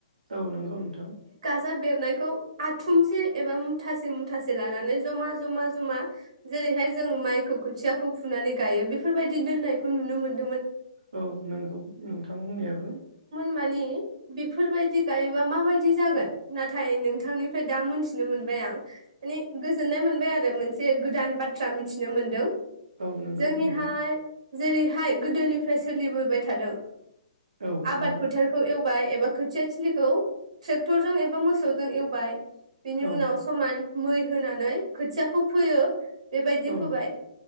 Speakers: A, on the right; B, on the right.
A: औ नंगौ नोंथां।
B: बेरनायखौ आथुमसे एबा मुथासे -मुथासे लानानै जमा- जमा -जमा जेरैहाय जों माइखौ खोथियाखौ फुनानै गायो बेफोरबायदि दोननायखौ नुनो मोनो
A: औ नंगौ नोंथां बुंनायाबो
B: माने बेफोरबायदि गायोबा माबायदि जागोन नाथाय नोंथांनिफ्राय दा मोनथिनो मोनबाय आं माने गोजोननाय मोनबाय आरो मोनसे गोदान बाथ्रा मिथिनो मोनदों।
A: औ नोंगौ
B: जोंनिहाय
A: नोंथां।
B: जेरैहाय गोदोनिफ्राय सोलिबोबाय थादों
A: औ
B: आबाद
A: नंगौ
B: फोथारखौ एव बाय एबा खोथिया थिलिखौ ट्रेक्टरजों एबा मोसौजों एवबाय बिनि
A: औ
B: उनाव समान मै होनानै खोथियाखौ फोयो बेबायदि
A: औ
B: फोबाय